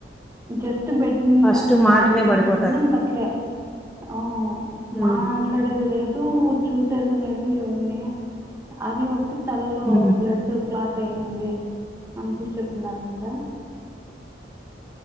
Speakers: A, on the right; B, in the centre.
A: జస్ట్ బెడ్ ంద
B: ఫస్ట్ మాటనే
A: బాడి ఎట్లుంటుందో
B: పడిపోతారు
A: ఇంక అట్లే ఆ మాట్
B: ఉమ్
A: మాట్లాడేది లేదు చూసేది లేదు ఎవరిని అది ఒకటి తళ్ళో
B: ఉమ్
A: బ్లడ్ క్లాట్ అయింది అనుకోని చెప్తున్నాడంట